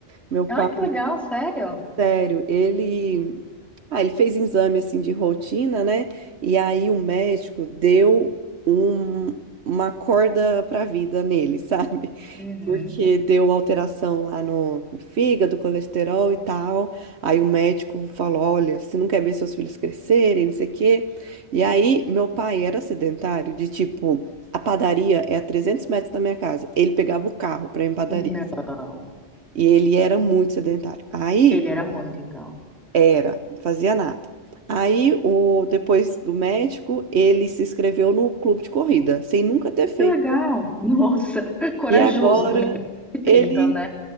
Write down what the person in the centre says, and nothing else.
Ah,
que legal, sério?
Uhum.
Não,
ele era muito então.
Que legal! Nossa, <laughs> corajoso
também
tenta, né?